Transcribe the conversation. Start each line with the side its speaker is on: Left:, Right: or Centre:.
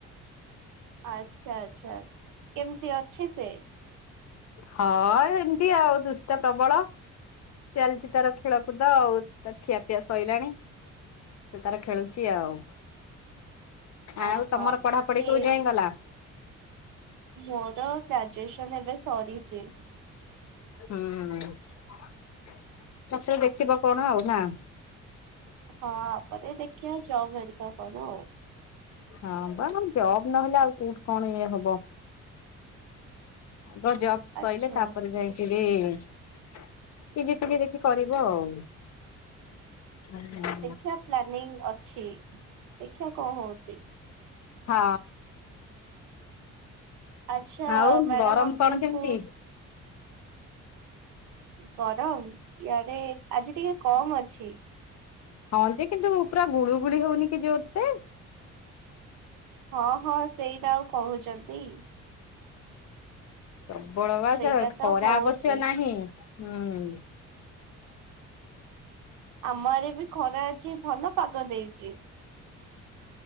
Right: ଆଚ୍ଛା ଆଚ୍ଛା କେମିତି ଅଛି ସେ?
Left: ହଁ ଏମିତି ଆଉ ଦୃଷ୍ଟ ପ୍ରବଳ। ଚାଲିଚି ତାର ଖେଳକୁଦ ଆଉ ତା ଖିଆପିଆ ସଇଲାଣି। ସେ ତାର ଖେଳୁଚି ଆଉ।
Right: ଓହୋ
Left: ଆଉ ତମର ପଢାପଢି
Right: ସିଏ
Left: କୋଉ ଯାଏଁ ଗଲା?
Right: ମୋର ଗ୍ରାଜୁଏସନ ଏବେ ସରିଚି।
Left: ହୁଁ ପଛରେ ଦେଖିବ କଣ ଆଉ ନା।
Right: ହଁ ଆପରେ ଦେଖିଆ ଜବ୍ ହେରିକା କରୁ ଆଉ।
Left: ହଁ ପା ଜବ୍ ନହେଲେ ଆଉ କୋଉଠି କଣ ଇଏ ହବ। ଆଗ ଜବ୍ ସ‌ଇଲେ
Right: ଆଚ୍ଛା
Left: ତାପରେ ଯାଇ ଏଥିରେ ଟିକେ ଟିକେ ଦେଖି କରିବ ଆଉ। ଆଜ୍ଞା।
Right: ଦେଖିଆ ପ୍ଲାନିଂ ଅଛି ଦେଖିଆ କଣ ହୋଉଚି।
Left: ହଁ।
Right: ଆଚ୍ଛା
Left: ଆଉ
Right: ମ୍ୟାଡାମ
Left: ଗରମ
Right: ଆପଣଙ୍କୁ
Left: କଣ କେମିତି?
Right: ଗରମ ୟାଡେ ଆଜି ଟିକେ କମ୍ ଅଛି।
Left: ହଁ ଯେ କିନ୍ତୁ ପୁରା ଗୁଳୁ ଗୁଳି ହୋଉନି କି ଜୋରସେ।
Right: ହଁ ହଁ ସେଇଟା ଆଉ କହୁଚନ୍ତି।
Left: ପ୍ରବଳ ଭାଉଜ
Right: ସେଇଟା
Left: ଖରା
Right: ତ ହଉଛି।
Left: ଆବଶ୍ୟକ ନାହିଁ ହୁଁ।
Right: ଆମ ଆରେ ବି ଖରା ଅଛି ଭଲ ପାଗ ଦେଇଚି।